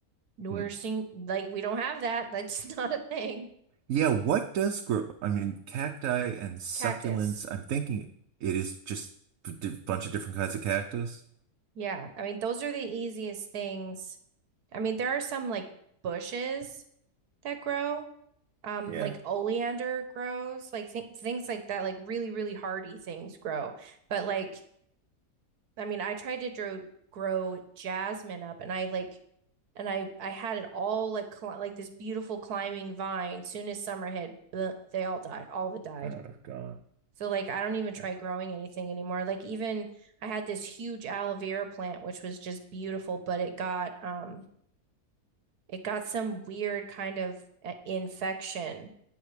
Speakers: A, on the right; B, on the right.
A: nourishing.
B: hmm.
A: Like we don't have that. That's <laughs> not a thing.
B: yeah, what does grow? I mean, cacti and succulents,
A: Cactus.
B: I'm thinking it is just a di- bunch of different kinds of cactus.
A: Yeah, I mean, those are the easiest things. I mean, there are some like bushes that grow, um,
B: Yeah.
A: like oleander grows, like th things like that, like really, really hardy things grow. But like, I mean, I tried to grow grow jasmine up, and I like, and I I had it all like cli like this beautiful climbing vine. Soon as summer hit, bleh, they all died. All of it died.
B: I don't know if gone.
A: So like I don't even try
B: Yeah.
A: growing anything anymore. Like even I had this huge aloe vera plant which was just beautiful, but it got um it got some weird kind of uh, infection